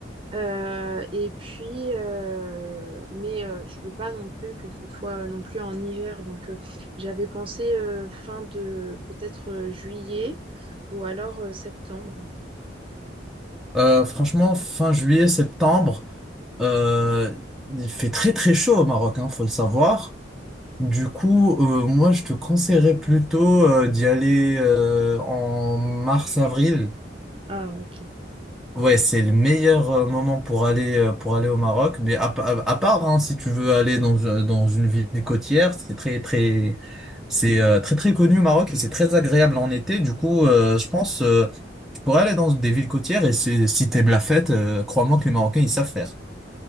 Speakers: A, on the right; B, in the centre.
A: Euh, et puis, euh, mais euh, je veux pas non plus que ce soit euh, non plus en hiver. Donc, euh, j'avais pensé euh, fin de peut-être euh, juillet ou alors euh, septembre.
B: Euh, franchement fin juillet septembre euh, il fait très très chaud au Maroc hein, faut le savoir. Du coup euh, moi je te conseillerais plutôt euh, d'y aller euh, en mars avril.
A: Ah, ok.
B: Ouais, c'est le meilleur euh, moment pour aller euh, pour aller au Maroc. Mais à, pa- à à part hein, si tu veux aller dans un- dans une ville côtière, c'est très très c'est euh, très très connu au Maroc et c'est très agréable en été. Du coup, euh, je pense euh, tu pourrais aller dans des villes côtières et c'est- si t'aimes la fête, euh, crois-moi que les Marocains ils savent faire.